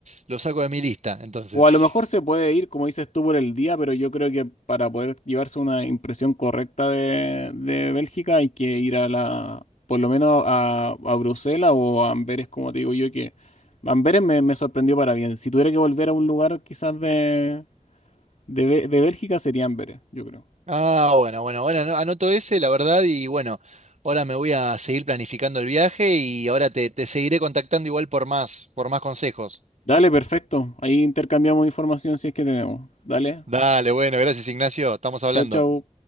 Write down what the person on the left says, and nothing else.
O a lo mejor se puede ir, como dices tú, por el día, pero yo creo que para poder llevarse una impresión correcta de, de Bélgica hay que ir a la, por lo menos a, a Bruselas o a Amberes, como te digo yo, que Amberes me, me sorprendió para bien. Si tuviera que volver a un lugar quizás de, de, Bé- de Bélgica sería Amberes, yo creo.
Dale, perfecto. Ahí intercambiamos información si es que tenemos. Dale,
chao, chao.